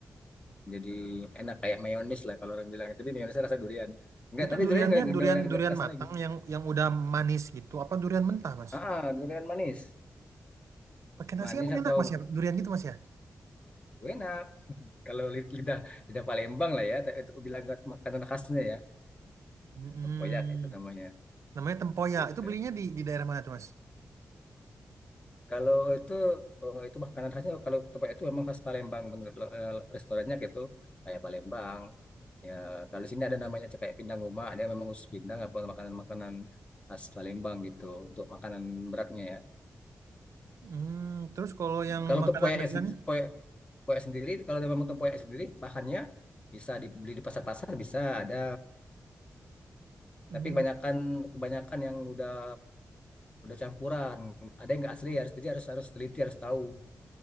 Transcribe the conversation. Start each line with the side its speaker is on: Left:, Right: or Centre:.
Left: jadi enak kayak mayonis lah kalau orang bilang tapi mayonisnya rasa durian enggak
Right: Itu
Left: tadi
Right: duriannya
Left: durian enggak enggak
Right: durian
Left: enggak, enggak
Right: durian
Left: terasa
Right: matang
Left: lagi
Right: yang yang udah manis gitu. Apa durian mentah, Mas?
Left: ah durian manis
Right: Pakai nasi
Left: manis
Right: emang
Left: atau
Right: enak, Mas ya? Durian gitu, Mas ya?
Left: enak kalau lid- lidah lidah Palembang lah ya tapi itu bilang makanan khasnya ya
Right: Mm-mm.
Left: tempoyak itu namanya
Right: Namanya tempoyak.
Left: gitu
Right: Itu belinya di di daerah mana tuh, Mas?
Left: kalau itu oh, itu makanan khasnya kalau tempat itu memang khas Palembang menurut eh, restorannya gitu kayak Palembang ya kalau di sini ada namanya kayak pindang rumah dia memang khusus pindang apa makanan-makanan khas Palembang gitu untuk makanan beratnya ya
Right: Hmm, terus kalau yang
Left: Kalau
Right: makanan
Left: tepoyaknya
Right: ringannya?
Left: sendiri, tepoyak, sendiri, kalau memang tepoyak sendiri, bahannya bisa dibeli di pasar-pasar, bisa ada.
Right: Hmm,
Left: Tapi kebanyakan
Right: gitu.
Left: kebanyakan yang udah udah campuran. Ada yang nggak asli, harus jadi harus harus teliti, harus tahu